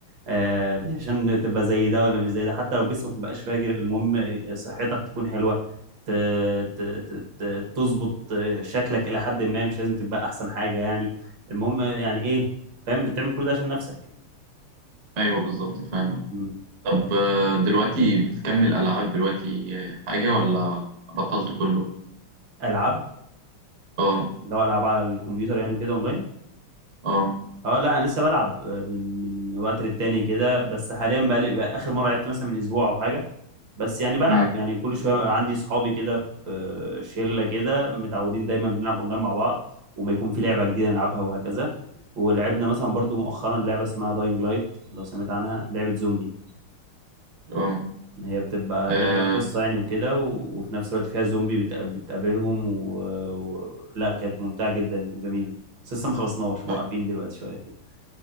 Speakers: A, on the right (about 65°); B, on the right (about 45°).
A: آه، عشان تبقى زي ده ولا مش زي ده حتى لو جسمك مبقاش فاجر المهم صحتك تكون حلوة ت- ت- ت- ت- تظبط شكلك إلى حد ما مش لازم تبقى أحسن حاجة يعني المهم يعني إيه فاهم أنت بتعمل كل ده عشان نفسك
B: ايوه بالظبط فاهم
A: مم.
B: طب آه، دلوقتي بتكمل العاب دلوقتي آه، حاجه ولا بطلت كله
A: ألعاب
B: اه
A: ده ألعاب على الكمبيوتر يعني وكده أونلاين
B: اه
A: أه لا أنا لسه بلعب آه، من من وقت للتاني كده بس حاليا بقى, لي- بقى آخر مرة لعبت مثلا من أسبوع أو حاجة بس يعني بلعب
B: امم
A: يعني كل شويه عندي صحابي كده في شله كده متعودين دايما بنلعب اونلاين مع بعض وما يكون في لعبه جديده نلعبها وهكذا ولعبنا مثلا برضو مؤخرا لعبه اسمها داينج لايت لو سمعت عنها لعبه زومبي
B: اه
A: هي بتبقى
B: آه،
A: لعبه قصه يعني وكده و- وفي نفس الوقت فيها زومبي بت- بتقابلهم و... و... لا كانت ممتعه جدا وجميله بس لسه ما خلصناش موقفين
B: آه،
A: دلوقتي شويه فيها